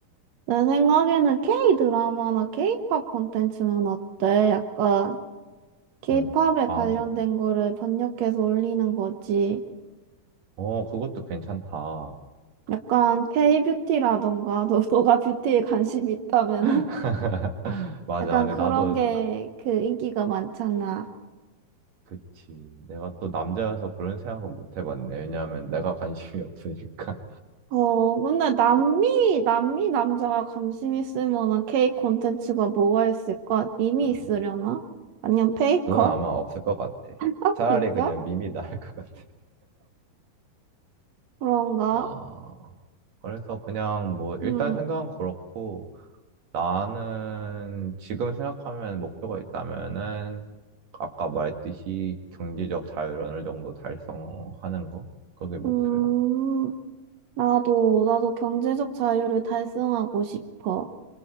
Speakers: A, on the right (about 70°); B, on the right (about 50°).
A: 내 생각에는 K 드라마나 K 팝 콘텐츠는 어때? 약간 K
B: 응.
A: 팝에
B: 아,
A: 관련된 거를 번역해서 올리는 거지.
B: 어, 그것도 괜찮다.
A: 약간 K 뷰티라던가, <laughs> 너, 너가 뷰티에 관심이 있다면은?
B: <laughs>
A: <laughs>
B: 맞아.
A: 약간
B: 근데
A: 그런
B: 나도
A: 게
B: 그-
A: 그 인기가 많잖아.
B: 그치. 내가 또 남자여서 그런 생각은 못 해봤네. 왜냐하면 내가 관심이 <laughs> 없으니까.
A: 어, 근데 남미, 남미 남자가 관심 있을 만한 K 콘텐츠가 뭐가 있을까? 님이
B: 아,
A: 있으려나? 아니면 페이커?
B: 그건 아마 없을 것 같아.
A: <laughs>
B: 차라리
A: 진짜?
B: 그냥 밈이 나을 것 같아.
A: 그런가?
B: 아, 그래서 그냥 뭐 일단
A: 음,
B: 생각은 그렇고 나는 지금 생각하면 목표가 있다면은 아까 말했듯이 경제적 자유를 어느 정도 달성하는 거? 그게 목표야.
A: 음, 나도, 나도 경제적 자유를 달성하고 싶어.